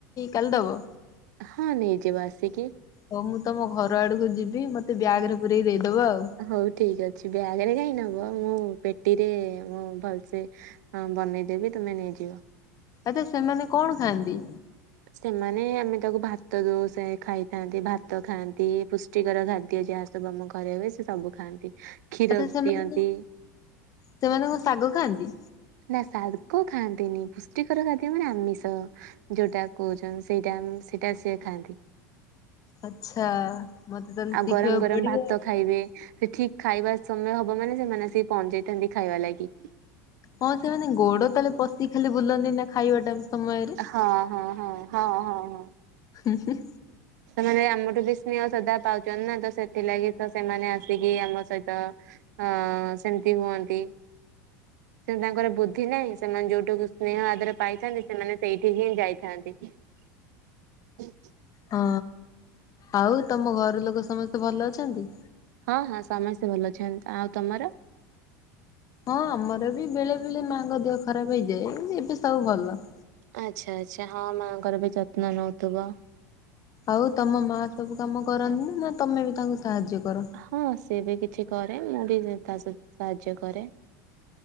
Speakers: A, on the left; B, on the right.
A: କାଲି ଦବ?
B: ହଁ ନିଯେ ବାସିକି
A: ହଉ ମୁଁ ତମ ଘର ଆଡ଼କୁ ଯିବି ମତେ ବ୍ୟାଗ୍ ରେ ପୁରାଇକି ଦେଇଦବ ଆଉ।
B: ହଉ ଠିକ୍ ଅଛି ବ୍ୟାଗରେ କାହିଁ ନବ ମୁଁ ପେଟିରେ ମୁଁ ଭଲସେ ହଁ ବନେଇଦେବି ତମେ ନେଇଯିବ।
A: ଆଚ୍ଛା ସେମାନେ କଣ ଖାଆନ୍ତି?
B: ସେମାନେ ଆମେ ତାକୁ ଭାତ ଦୋଉ ସେ ଖାଇଥାନ୍ତି ଭାତ ଖାଆନ୍ତି ପୁସ ଷ୍ଟିକର ଖାଦ୍ୟ ଯାହା ସବୁ ଆମ ଘରେ ହୁଏ ସେ ସବୁ ଖାଆନ୍ତି କ୍ଷୀର
A: ଆଚ୍ଛା ସେମାନେ
B: ପିଅନ୍ତି
A: ସେମାନେ କଣ ଶାଗ ଖାଆନ୍ତି?
B: ନା ସାଗ ଖାଆନ୍ତିନି ପୁଷ୍ଟିକର ଖାଦ୍ୟ ମାନେ ଆମିଷ ଯୋଉଟା କହୁଛନ୍ତି ସେଇଟା ସେଇଟା ସିଏ ଖାଆନ୍ତି।
A: ଆଚ୍ଛା ମତେ ତାହେଲେ
B: ଆଉ
A: ଶିଖିବାକୁ
B: ଗରମ ଗରମ
A: ପଡ଼ିବ
B: ଭାତ ଖାଇବେ ସେ ଠିକ୍ ଖାଇବା ସମୟ ହବ ମାନେ ସେମାନେ ଆସିକି ପହଞ୍ଚି ଯାଇଥାନ୍ତି ଖାଇବା ଲାଗି।
A: ହଁ ସେମାନେ ଗୋଡ଼ ତାହେଲେ ପଶି ଖାଲି ବୁଲନ୍ତି ନା ଖାଇବା ଟାମ୍ ସମୟରେ
B: ହଁ ହଁ ହଁ ହଁ ହଁ ହଁ
A: ହୁଁ ହୁଁ।
B: ସେମାନେ ଆମଠୁ ବି ସ୍ନେହ ଶ୍ରଦ୍ଧା ପାଉଛନ୍ତି ନା ତ ସେଥିଲାଗି ତ ସେମାନେ ଆସିକି ଆମ ସହିତ ହ ସେମିତି ହୁଅନ୍ତି। କିନ୍ତୁ ତାଙ୍କର ବୁଦ୍ଧି ନାହିଁ ସେମାନେ ଯୋଉଠୁକୁ ସ୍ନେହ ଆଦର ପାଇଥାନ୍ତି ସେମାନେ ସେଇଠିକି ହିଁ ଯାଇଥାନ୍ତି। ହୁଁ।
A: ହଁ ଆଉ ତମ ଘର ଲୋକ ସମସ୍ତେ ଭଲ ଅଛନ୍ତି?
B: ହଁ ହଁ ସମସ୍ତେ ଭଲ ଅଛନ୍ତି। ଆଉ ତମର?
A: ହଁ ଆମର ବି ବେଳେ ବେଳେ ମାଆଙ୍କ ଦେହ ଖରାପ ହେଇଯାଏ ଏବେ ସବୁ ଭଲ।
B: ଆଚ୍ଛା ଆଚ୍ଛା ହଁ ମାଆଙ୍କର ବି ଯତ୍ନ ନଉଥିବ।
A: ଆଉ ତମ ମା ସବୁ କାମ କରନ୍ତି ନା ନା ତମେ ବି ତାଙ୍କୁ ସାହାଯ୍ୟ କର?
B: ହଁ ସିଏ ବି କିଛି କରେ ମୁଁ ବି ତା ସହିତ ସାହାଯ୍ୟ କରେ।